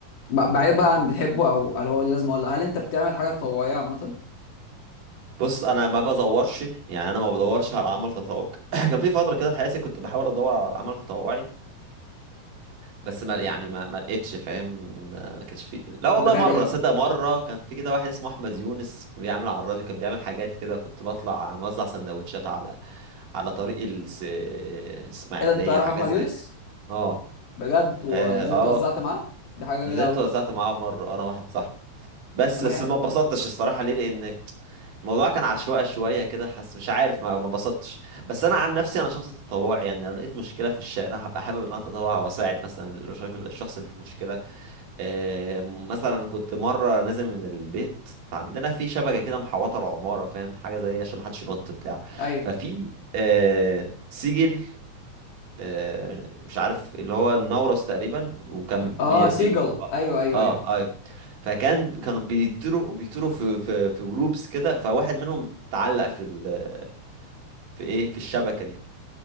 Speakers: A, on the left; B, on the right.
A: ب- بعيد بقى عن بتحبه او هل هو ليه لازمه ولا لأ، هل انت بتعمل حاجه تطوعيه عامه
B: بص انا ما بدورش يعني انا ما بدورش على عمل تطوعي <clears throat> كان في فتره كده في حياتي كنت بحاول ادور على عمل تطوعي بس ما يعني ما ما لقيتش فاهم ما ما كانش في لا والله
A: في مجال
B: مره
A: ايه
B: صدق مره كان في كده واحد اسمه احمد يونس بيعمل على الراديو كان بيعمل حاجات كده كنت بطلع موزع سندوتشات على على طريق الس- الاسماعيليه
A: ايه ده انت تعرف
B: وحاجات
A: احمد
B: زي
A: يونس
B: كده اه
A: بجد
B: اه
A: ونزلت وزعت
B: آه،
A: معاه دي حاجه
B: نزلت
A: جميله قوي
B: وزعت معاه مره انا واحد صاحبي بس
A: انا
B: بس
A: بحب
B: ما اتبسطتش الصراحه ليه لان الموضوع كان عشوائي شويه كده حاسس مش عارف ما ما اتبسطتش بس انا عن نفسي انا شخص تطوعي يعني لو لقيت مشكله في الشارع هبقى حابب ان انا اتطوع واساعد مثلا الراجل- الشخص اللي في مشكله آه، مثلا كنت مرة نازل من البيت فعندنا في شبكة كده محوطة العمارة فاهم حاجة زي عشان محدش ينط بتاع
A: ايوه
B: ففي آه، سجل آه، مش عارف اللي هو النورس تقريبا وكان
A: اه
B: بي...
A: سيجل
B: بي... اه
A: ايوه ايوه
B: آه،
A: ايوه
B: ايوه فكان كانوا بيطيروا بيطيروا في في في جروبس كده فواحد منهم اتعلق في ال... في ايه في الشبكة دي